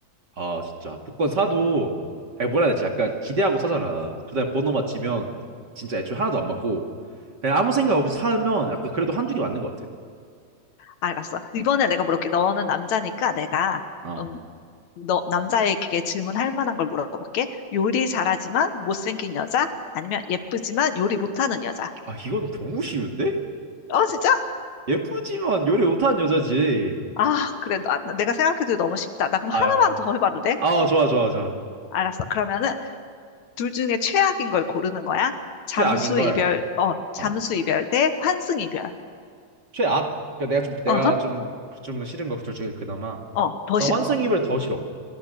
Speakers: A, on the right (about 40°); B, on the left (about 70°).
A: 아 진짜 복권 사도 아니, 뭐라 해야 되지? 약간 기대하고 사잖아. 그다음에 번호 맞히면 진짜 애초에 하나도 안 맞고 그냥 아무 생각 없이 사면 약간 그래도 한두 개 맞는 것 같아.
B: 알았어. 이번에 내가 물어볼게. 너는 남자니까 내가,
A: 아,
B: 음, 너, 남자에게 질문할 만한 걸 물어볼게. 요리 잘하지만 못생긴 여자? 아니면 예쁘지만 요리 못하는 여자?
A: 아 이건 너무 쉬운데?
B: 어, 진짜?
A: 예쁘지만 요리 못하는 여자지.
B: 아, 그래. 나- 나- 내가 생각해도 너무 쉽다. 나 그럼
A: 아,
B: 하나만 더 해봐도 돼?
A: 아 좋아 좋아 좋아.
B: 알았어. 그러면은 둘 중에 최악인 걸 고르는 거야? 잠수
A: 최악인 걸.
B: 이별, 어, 잠수
A: 어,
B: 이별 대 환승 이별.
A: 최악. 그러니까 내가 좀 내가
B: 어허?
A: 좀 좀 싫은 거 둘 중에 그나마
B: 어, 더
A: 나
B: 싫은
A: 환승
B: 거.
A: 이별 더 싫어.